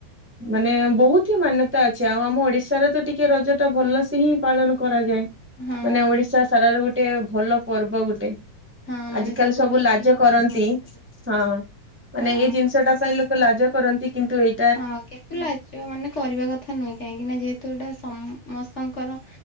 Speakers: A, in the centre; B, on the left.
A: ମାନେ ବହୁତ ହିଁ ମାନ୍ୟ ତା ଅଛି। ଆଉ ଆମ ଓଡିଶାରେ ତ ଟିକେ ରଜଟା ଭଲସେ ହିଁ ପାଳନ କରାଯାଏ।
B: ହଁ
A: ମାନେ
B: ହଁ
A: ଓଡିଶା ସାରାର ଗୋଟେ ଭଲ ପର୍ବ ଗୋଟେ।
B: ହଁ ମାନେ
A: ଆଜିକାଲି ସବୁ
B: ବିଧି
A: ଲାଜ
B: ବିଧାନ
A: କରନ୍ତି।
B: ଅନୁସାରେ
A: ହଁ
B: ହଁ
A: ମାନେ ଏଇ ଜିନିଷଟା ପାଇଁ ଲୋକେ ଲାଜ କରନ୍ତି କିନ୍ତୁ ଏଇ
B: ହଁ କେତୁଲା ଝିଅମାନେ କରିବା କଥା ନୁହେଁ କାହିଁକି ନା ଯେହେତୁ ଏଟା ସମସ୍ତଙ୍କର